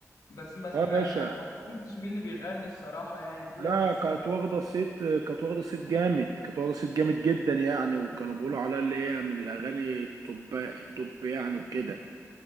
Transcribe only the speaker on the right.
اه باشا
لا
كانت
واخده صيت كانت واخده صيت جامد كانت واخده صيت جامد جدا يعني وكانوا بيقولوا عليها اللي هي من الاغاني التوب التوب يعني وكده